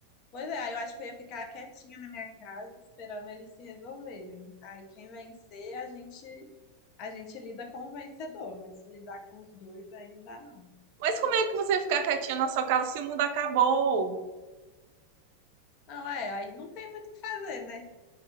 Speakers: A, on the left; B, on the right.
A: Pois é, aí eu acho que eu ia ficar quietinha na minha casa esperando eles se resolverem. Aí quem vencer, a gente a gente lida com o vencedor, mas lidar com os dois aí não dá não.
B: Mas como é que você ficar quietinho na sua casa se o mundo acabou?
A: Não, é, aí não tem muito o que fazer, né?